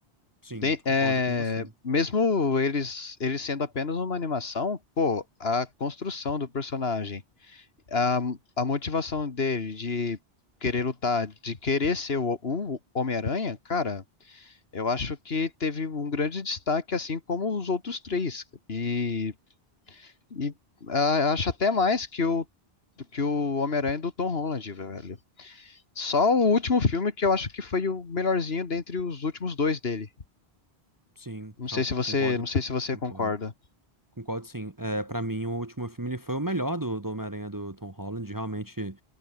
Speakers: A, on the right; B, on the left.
A: Sim,
B: Tem-
A: concordo
B: é,
A: com você.
B: mesmo eles, eles sendo apenas uma animação, pô, a construção do personagem, a, a motivação dele de querer lutar, de querer ser o, o Homem-Aranha, cara, eu acho que teve um grande destaque, assim como os outros três. E, e ah, acho até mais que o, do que o Homem-Aranha do Tom Holland, velho. Só o último filme que eu acho que foi o melhorzinho dentre os últimos dois dele.
A: Sim,
B: Não
A: ca-
B: sei se você,
A: concordo,
B: não sei se você
A: concordo.
B: concorda.
A: Concordo, sim. É, para mim, o último filme ele foi o melhor do, do Homem-Aranha do Tom Holland. Realmente,